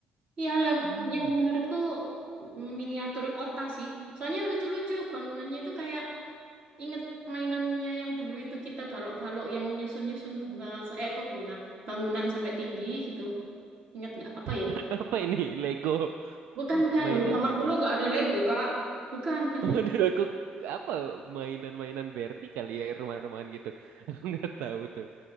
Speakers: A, on the right; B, on the right.
A: Iya lah,
B: Ah,
A: ya menurutku mm, miniatur kota sih. Soalnya lucu-lucu bangunannya itu kayak inget mainannya yang dulu itu kita balok-balok yang nyusun-nyusun bunga, eh apa bunga, bangunan sampai tinggi gitu. Ingat nggak apa ya?
B: <laughs> apa ini? Lego,
A: Bukan, bukan.
B: mainan
A: Dulu zaman
B: Lego.
A: dulu nggak ada Lego, Kak. Bukan,
B: <laughs>
A: bukan Lego.
B: Waduh, aku apa mainan-mainan Barbie kali ya rumah-rumahan gitu. <laughs> Aku nggak tahu tuh.